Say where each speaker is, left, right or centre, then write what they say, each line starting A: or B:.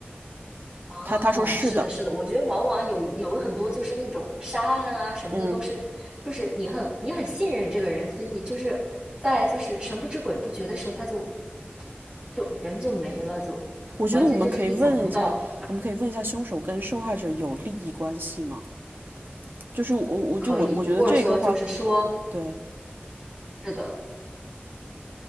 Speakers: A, on the right; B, on the right.
A: 哦，
B: 他他说是的，
A: 是的，是的，我觉得往往有有很多就是那种杀案啊什么的，
B: 嗯，
A: 都是就是你很你很信任这个人，所以你就是在就是神不知鬼不觉的时候，他就就人就没了，就
B: 我觉得我们可以问一下，
A: 完全就是意想不到，
B: 我们可以问一下凶手跟受害者有利益关系吗？就是我，我就我，
A: 可以，
B: 我觉得这个话
A: 或者说就是说
B: 对，
A: 是的，